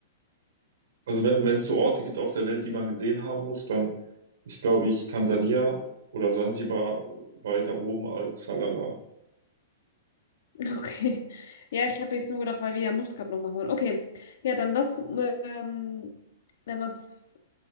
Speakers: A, on the right (about 70°); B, on the left (about 65°).
A: Also wenn wenn es so Orte gibt auf der Welt, die man gesehen haben muss, dann ist, glaube ich, Tansania oder Sansibar weiter oben als Salalah.
B: <laughs> okay. Ja, ich habe jetzt nur gedacht, weil wir ja Muskat noch machen wollen. Okay, ja, dann lass, ähm, dann lass